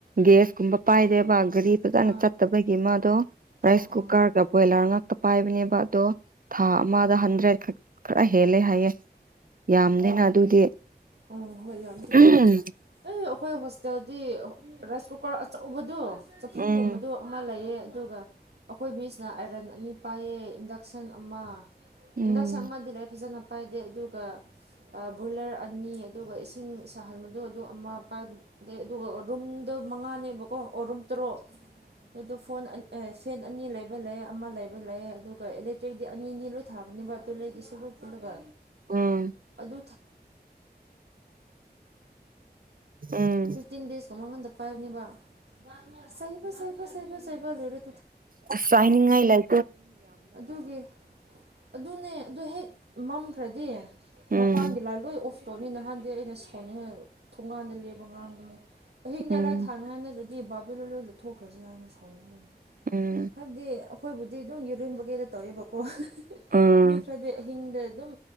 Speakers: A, on the right; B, on the right.
A: ꯒꯦꯁꯀꯨꯝꯕ ꯄꯥꯏꯗꯦꯕ ꯒꯥꯔꯤ ꯐꯖꯅ
B: ꯑꯥ
A: ꯆꯠꯇꯕꯒꯤ ꯃꯥꯗꯣ ꯔꯥꯏꯁ
B: ꯑꯣ
A: ꯀꯨꯀꯔꯒ
B: ꯑꯣ ꯑꯥ
A: ꯕ꯭ꯔꯣꯏꯂꯔ ꯉꯥꯛꯇ ꯄꯥꯏꯕꯅꯦꯕ ꯑꯗꯣ ꯊꯥ ꯑꯃꯗ ꯍꯟꯗ꯭ꯔꯦꯠ ꯈꯛ ꯈꯔ ꯍꯦꯜꯂꯦ ꯍꯥꯏꯌꯦꯦ ꯌꯥꯝꯗꯦꯅ ꯑꯗꯨꯗꯤ
B: ꯑꯣ ꯍ ꯌꯥꯝꯗ
A: ꯎꯝ
B: ꯑꯩ ꯑꯩꯈꯣꯏ ꯍꯣꯁꯇꯦꯜꯗꯤ ꯔꯥꯏꯁ ꯀꯨꯀꯔ ꯑꯆꯧꯕꯗꯣ ꯆꯐꯨꯒꯨꯝꯕꯗꯣ
A: ꯎꯝ
B: ꯑꯃ ꯂꯩꯑꯌꯦ ꯑꯗꯨꯒ ꯑꯩꯈꯣꯏ ꯕꯤꯁꯤꯅ ꯑꯥꯏꯔꯟ ꯑꯅꯤ ꯄꯥꯏꯌꯦ ꯏꯟꯗꯛꯁꯟ ꯑꯃ
A: ꯎꯝ
B: ꯏꯟꯗꯛꯁꯟ ꯑꯃꯗꯤ ꯂꯩꯥꯏꯔꯤ ꯐꯖꯅ ꯄꯥꯏꯗꯦ ꯑꯗꯨꯒ ꯕꯣꯏꯂꯔ ꯅꯤ ꯑꯗꯨꯒ ꯏꯁꯤꯡ ꯁꯥꯍꯟꯕꯗꯣ ꯑꯗꯨꯣ ꯑꯃ ꯄꯥꯏꯕ ꯂꯩ ꯑꯗꯨꯒ ꯔꯨꯝꯗ ꯃꯉꯥꯅꯦꯕꯀꯣ ꯑꯣ ꯔꯨꯝ ꯇꯔꯨꯛ ꯑꯗꯨꯗꯣ ꯐꯣꯟ ꯑꯦ ꯐꯦꯟ ꯑꯅꯤ ꯂꯩꯕ ꯂꯩ ꯑꯃ ꯂꯩꯕ ꯂꯩ ꯑꯗꯨꯒ ꯏꯂꯦꯛꯇ꯭ꯔꯤꯛꯇꯤ ꯑꯅꯤꯅꯤ ꯂꯣꯏ ꯊꯥꯕꯅꯦꯕ ꯇꯨꯂꯒꯤꯁꯨ ꯂꯣꯏ ꯄꯨꯂꯒ
A: ꯎꯝ
B: ꯍ
A: ꯎꯝ
B: ꯥꯏꯕꯅꯦꯕ ꯁꯕ ꯁꯩꯕ ꯁꯩꯕ ꯁꯩꯕ ꯂꯣꯏꯔ
A: ꯐꯥꯏꯅꯤ ꯏꯂꯥꯏ
B: ꯑꯗꯨꯒꯤ ꯑꯗꯨꯅꯦ ꯑꯗꯨ ꯍꯦꯛ ꯃꯝꯈ꯭ꯔꯗꯤ
A: ꯎꯝ
B: ꯃꯄꯥꯟꯒꯤ ꯂꯥꯜꯂꯣꯏꯐ ꯇꯣꯕꯤ ꯅꯍꯥꯟꯗꯤ ꯑꯩꯅ ꯁꯥꯎꯅꯤꯡꯉ ꯊꯣꯡꯒꯥꯟꯗ ꯂꯦꯕ ꯉꯥꯡꯕꯅꯦ ꯑꯍꯤꯡꯗ
A: ꯎꯝ
B: ꯂꯥꯏ ꯊꯥꯅꯣ ꯍꯥꯏꯅꯒꯗꯤ ꯕꯥꯕꯤꯦ ꯂꯣꯂꯣꯏ ꯂꯨꯞꯊꯣꯛꯈ꯭ꯔꯁꯤꯦ ꯍꯥꯏꯅ ꯁꯥꯎꯅꯤꯡꯕꯅꯤ
A: ꯎꯝ
B: ꯍꯥꯏꯕꯗꯤ ꯑꯩꯈꯣꯏꯕꯨꯗꯤ ꯑꯗꯨꯝ ꯌꯨꯔꯤꯟꯕ ꯀꯩꯗ ꯇꯧꯋꯦꯕꯀꯣ
A: ꯎꯝ
B: ꯃꯤ ꯈꯔꯗꯤ ꯑꯍꯤꯡꯗ ꯑꯗꯨꯝ